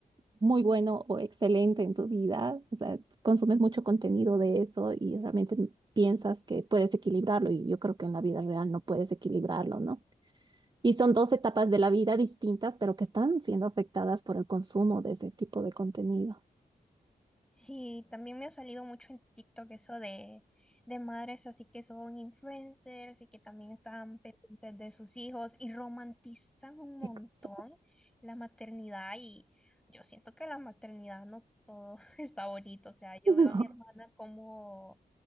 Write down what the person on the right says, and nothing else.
muy bueno o excelente en tu vida, o sea, consumes mucho contenido de eso y realmente piensas que puedes equilibrarlo y yo creo que en la vida real no puedes equilibrarlo, ¿no? Y son dos etapas de la vida distintas, pero que están siendo afectadas por el consumo de ese tipo de contenido.
Exacto.
<laughs>